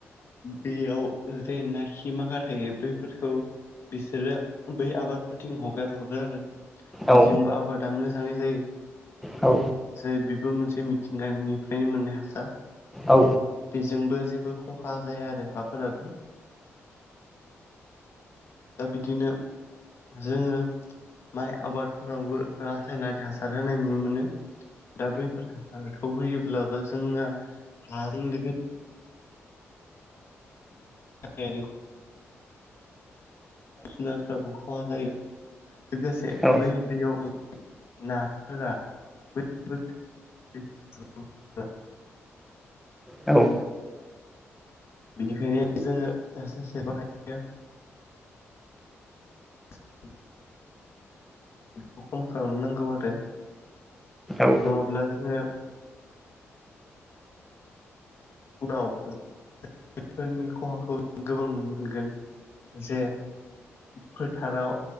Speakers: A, on the left (about 55°); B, in the centre.
A: बेयाव जेनाखि माखा थायो बैफोरखौ बिसोरो बै आबादफोरथिं हगार हरो आरो बेजोंबो
B: औ
A: आबादा मोजाङै जायो
B: औ
A: जेरै बेबो मोनसे मिथिंगानिफ्रायनो मोननाय हासार
B: औ
A: बेजोंबो जेबो खहा जाया आरो हाफोराबो दा बिदिनो जोङो माइ आबादफोरावबो रासायनारि हासार होनाय नुनो मोनो दा बैफोर हासारखौ होयोब्लाबो जोंना हाजों लोगो गायारि जिब जुनारफ्राबो खहा जायो लोगोसे
B: औ
A: बै दैयाव नाफोरा <unintelligible>
B: औ
A: बेनिखायनो जोङो <unintelligible> बाहायो <unintelligible> बेखौ खम खालामनो नांगौ आरो
B: औ
A: नङाब्ला जोङो उनाव <unintelligible> फोरनि खहाखौ गोबां नुनो मोनगोन जे फोथाराव